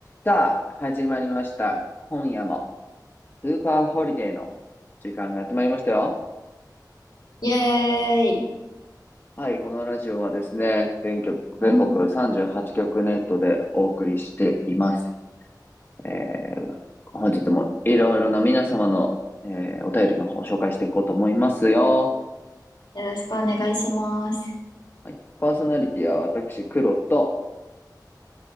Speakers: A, on the left; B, on the left.
A: さあ、始まりました。今夜も、スーパーホリデーの時間がやってまいりましたよ。
B: イエーイ。
A: はい、このラジオはですね、全局、
B: うん。
A: 全国38局ネットでお送りしています。えー、本日もいろいろな皆様の、えーお便りの方を紹介していこうと思いますよ。
B: よろしくお願いします。
A: はい、パーソナリティは私、黒と、